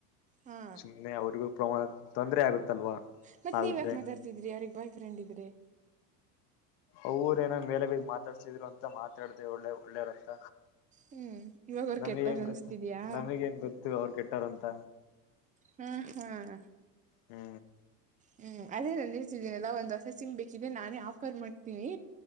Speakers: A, on the right; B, on the left.
A: ಹಾ
B: ಸುಮ್ನೆ ಅವ್ರಿಗೂ ಪ್ರಮಾಣ ತೊಂದರೆ ಆಗುತ್ತಲ್ವಾ
A: ಮತ್ತ
B: ನಾವಿದ್ರೆ
A: ನೀವ ಯಾಕ್ ಮಾತಾಡ್ತಿದ್ರಿ ಅವ್ರಿಗ್ ಬಾಯ್ ಫ್ರಂಡ್ ಇದ್ರೆ
B: ಅವರ ಏನ ಮೇಲೆ ಬೀದ್ ಮಾತಾಡ್ಸಿದ್ರು ಅಂತ ಮಾತಾಡ್ದ ಒಳ್ಳೆ ಒಳ್ಳೆಯವರ್ ಅಂತ
A: ಹ್ಮ್ ಇವಾಗ ಅವ್ರ
B: ನಮಗ್
A: ಕೆಟ್ಟರ್
B: ಎನ್
A: ಅನ್ಸ್ತಿದ್ಯಾ
B: ಗೊತ್ತು ನಮಗೇನ್ ಗೊತ್ತು ಅವರು ಕೆಟ್ಟೋರುಂತ
A: ಹ್ಮ್ ಹ್ಮ್
B: ಹ್ಮ್
A: ಹ್ಮ್ ಅದೇ ನಾನ ಹೇಳ್ತೀದ್ದೀನಲ್ಲ ಒಂದ್ ಹೊಸ ಸಿಮ್ ಬೇಕಿದ್ರೆ ನಾನೇ ಆಫರ್ ಮಾಡ್ತೀನಿ.